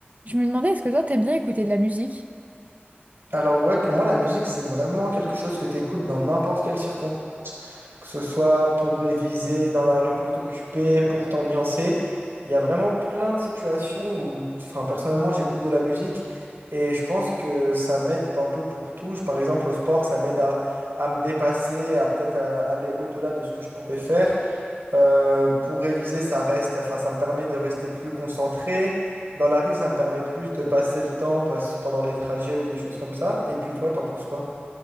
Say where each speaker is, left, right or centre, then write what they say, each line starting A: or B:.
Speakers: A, on the right; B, on the right.
A: Je me demandais, est-ce que toi, t'aimes bien écouter de la musique?
B: Alors ouais, pour moi, la musique, c'est vraiment quelque chose que tu écoutes dans n'importe quelle circonstance, que ce soit pour réviser, dans la rue pour t'occuper, pour t'ambiancer. Il y a vraiment plein de situations où, enfin, personnellement, j'écoute de la musique et je pense que ça m'aide un peu pour tout. Je- Par exemple, au sport, ça m'aide à, à me dépasser, à peut-être à aller au-delà de ce que je pourrais faire. Euh, pour réviser, ça reste, enfin, ça me permet de rester plus concentré. Dans la rue, ça me permet plus de passer le temps parce- pendant les trajets ou des choses comme ça. Et puis toi, t'en penses quoi?